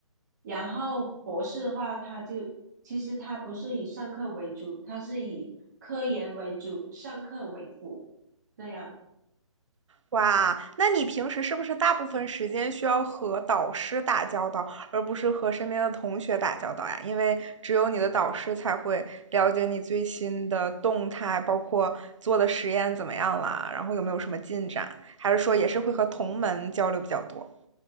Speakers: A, on the right; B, on the right.
A: 然后博士的话，它就其实它不是以上课为主，它是以科研为主，上课为辅这样。
B: 哇，那你平时是不是大部分时间需要和导师打交道，而不是和身边的同学打交道呀？因为只有你的导师才会了解你最新的动态，包括做的实验怎么样啦，然后有没有什么进展，还是说也是会和同门交流比较多？